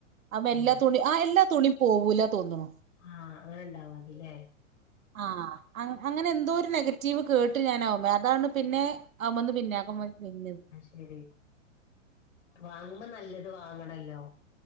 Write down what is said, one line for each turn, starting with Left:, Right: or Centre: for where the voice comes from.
Right: അപ്പൊ
Left: തന്നെ
Right: എല്ലാ തുണി ആഹ് എല്ലാ തുണി പോവൂല തോന്ന്ണു
Left: ആഹ് അങ്ങനെണ്ടാവതില്ലേ
Right: ആഹ് അങ്ങ് അങ്ങനെ എന്തോ ഒരു നെഗറ്റീവ് കേട്ട് ഞാനവുമ്മേ അതാണ് പിന്നെ അവ്മ്മന്ന് പിന്നാക്കം വൽ വലിഞ്ഞത്
Left: ഉം വാങ്ങുമ്പോ നല്ലത് വാങ്ങണല്ലോ